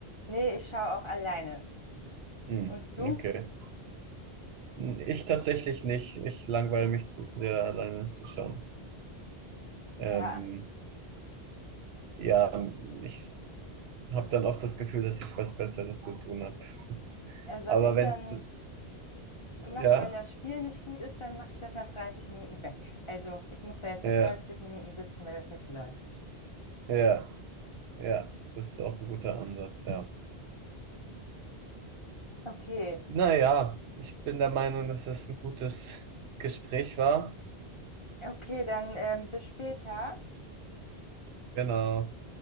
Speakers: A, on the left (about 30°); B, on the right (about 70°).
A: Nee, ich schaue auch alleine.
B: Hm.
A: Und du?
B: Okay. Hm, Ich tatsächlich nicht. Ich langweile mich zu sehr, alleine zu schauen. Ähm,
A: Ja,
B: ja, ich habe dann oft das Gefühl, dass ich was Besseres zu tun habe.
A: also was
B: Aber
A: ich
B: wenn
A: dann
B: es,
A: mache,
B: ja.
A: wenn das Spiel nicht gut ist, dann mache ich das nach 30 Minuten weg. Also ich muss da jetzt
B: Ja,
A: nicht 90 Minuten sitzen, wenn es nicht läuft.
B: ja, ja, das ist auch ein guter Ansatz, ja.
A: Okay,
B: Naja, ich bin der Meinung, dass es ein gutes Gespräch war.
A: okay, dann ähm, bis später.
B: Genau.